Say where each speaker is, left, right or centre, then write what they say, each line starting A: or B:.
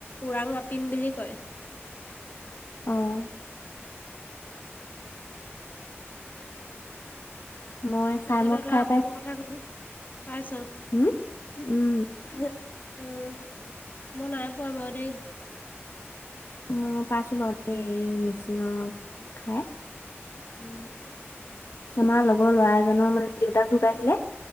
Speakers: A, on the left; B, on the left.
A: ওৰাং আপিন বুলি কয়।
B: অঁ! মই
A: তেনেকে
B: চাই মদ
A: তহতৰ
B: খাই
A: আহোমৰ কথা কলোঁ পাইছ।
B: হোম উমঁ।
A: হে ওম উমঁ মই নাই পোৱ বাৰু দেই।
B: মোৰ পাইছোঁ বৰ এই মিচিংঙৰ খাই।
A: উমঁ!
B: আমাৰ লগৰ ল'ৰা এজনৰ মানে দেউতাক ঢুকাইছিলে।